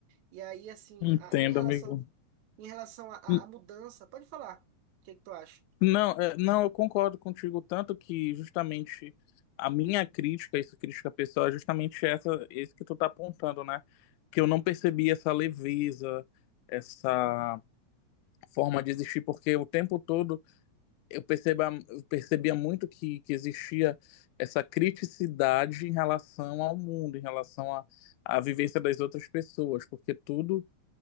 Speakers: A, on the right; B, on the left.
A: E aí, assim,
B: entendo,
A: a- em relação,
B: amigo.
A: em relação à à-
B: N-
A: à mudança, pode falar. O que que tu acha?
B: Não, é, não, eu concordo contigo, tanto que justamente a minha crítica, isso crítica pessoal, é justamente essa, esse que tu tá apontando, né? Que eu não percebi essa leveza, essa forma de existir, porque o tempo todo eu perceba, eu percebia muito que, que existia essa criticidade em relação ao mundo, em relação à, à vivência das outras pessoas, porque tudo,